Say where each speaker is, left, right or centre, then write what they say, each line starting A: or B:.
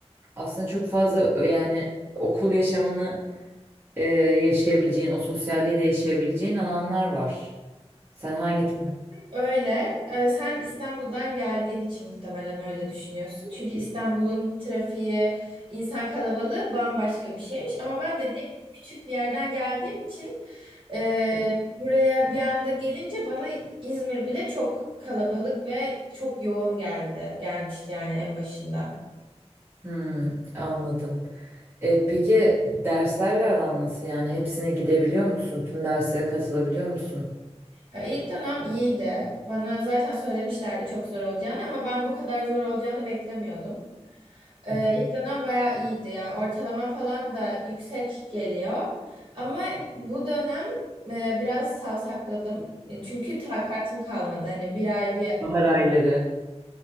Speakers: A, on the right; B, on the right.
A: Aslında çok fazla ö- yani okul yaşamını e, yaşayabileceğin, o sosyalliği de yaşayabileceğin alanlar var. Sen hangi tarafı?
B: Öyle. Ee, sen İstanbul'dan geldiğin için muhtemelen öyle düşünüyorsun. Çünkü İstanbul'un trafiği, insan kalabalığı bambaşka bir şeymiş. Ama ben dediğim gibi küçük bir yerden geldiğim için e, buraya bir anda gelince bana İzmir bile çok kalabalık ve çok yoğun geldi. Gelmişti yani en başında.
A: Hmm, anladım. E, peki derslerle aran nasıl? Yani hepsine gidebiliyor musun? Tüm derslere katılabiliyor musun?
B: Ee, İlk dönem iyiydi. Bana zaten söylemişlerdi çok zor olacağını ama ben bu kadar zor olacağını beklemiyordum. Ee,
A: Hı hı.
B: ilk dönem bayağı iyiydi. Yani ortalama falan da yüksek geliyor. Ama bu dönem e, biraz savsakladım. E, Çünkü takatim kalmadı. Hani bir ay bir
A: Bahar ayları.